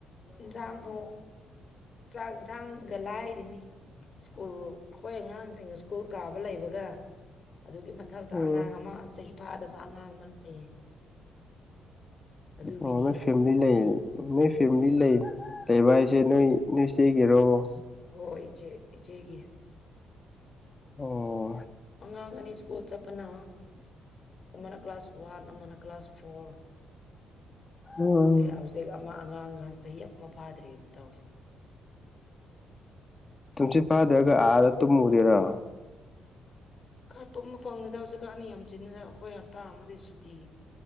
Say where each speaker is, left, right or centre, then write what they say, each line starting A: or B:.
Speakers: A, on the left; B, on the left.
A: ꯏꯟꯁꯥꯡꯗꯣ ꯆꯥꯛ ꯌꯦꯟꯁꯥꯡꯒ ꯂꯥꯏꯔꯤꯅꯤ꯫ ꯁ꯭ꯀꯨꯜ ꯑꯩꯈꯣꯏ ꯑꯉꯥꯡꯁꯤꯡ ꯁ꯭ꯀꯨꯜ ꯀꯥꯕ ꯂꯩꯕꯒ ꯑꯗꯨꯒꯤ꯫ ꯃꯊꯛꯇ
B: ꯎꯝ
A: ꯑꯉꯥꯡ ꯑꯃ ꯆꯍꯤ ꯐꯥꯗꯕ ꯑꯉꯥꯡ ꯑꯃ ꯂꯩꯌꯦ꯫ ꯑꯗꯨꯒꯤꯅꯤ
B: ꯑꯣ ꯅꫭꯏ ꯐꯦꯝꯂꯤ ꯂꯩꯌ‌ꯦ
A: ꯎꯝ
B: ꯅꫭꯎ ꯐꯦꯝꯂꯤ ꯂꯩ꯫ ꯂꯩꯕ ꯍꯥꯏꯁꯦ ꯅꯣꯏ ꯅꯣꯏ ꯆ‌ꯦꯒꯤꯔ‌ꫭ꯫
A: ꯍꯣꯏ ꯏꯆꯦ ꯏꯆꯦꯒꯤ꯫
B: ꯑꯣ꯫
A: ꯑꯉꯥꯡ ꯑꯅꯤ ꯁ꯭ꯀꯨꯜ ꯆꯠꯄꯅ ꯑꯃꯅ ꯀ꯭ꯂꯥꯁ ꯋꯥꯟ ꯑꯃꯅ ꯀ꯭ꯂꯥꯁ ꯐꯣꯔ꯫
B: ꯎꯝ
A: ꯑꯗꯩ ꯍꯧꯖꯤꯛ ꯑꯃ ꯑꯉꯥꯡꯍ ꯆꯍꯤ ꯑꯃ ꯐꯥꯗ꯭ꯔꯤ ꯇꯧꯔꯤꯁꯤ꯫
B: ꯇꯨꯝꯁꯤ ꯐꯥꯗ꯭ꯔꯒ ꯑꯥꯗ ꯇꯨꯝꯃꯨꯗꯣꯏꯔꯣ
A: ꯀꯥ ꯇꯨꯝꯕ ꯐꯪꯅꯤꯦꯗ ꯍꯧꯖꯤꯛꯀꯥꯟꯅꯤ ꯌꯥꯝ ꯆꯤꯟꯟꯅꯗ ꯑꯩꯈꯣꯏ ꯍꯞꯇꯥ ꯑꯃꯗꯤ ꯁꯨꯇꯤ